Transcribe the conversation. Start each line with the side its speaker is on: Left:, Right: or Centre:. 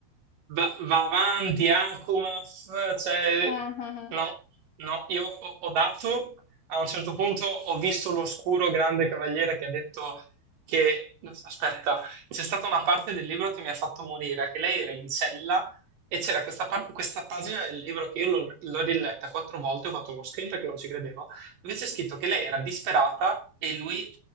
Right: Va, va avanti, Akumas, cioè,
Left: Ah, ah, ah.
Right: no, no, io ho, ho dato, a un certo punto ho visto l'oscuro grande cavaliere che ha detto che, aspetta, c'è stata una parte del libro che mi ha fatto morire, che lei era in cella e c'era questa, par- questa pagina del libro che io l'ho l'ho riletta quattro volte, ho fatto uno screen perché non ci credevo, dove c'è scritto che lei era disperata e lui,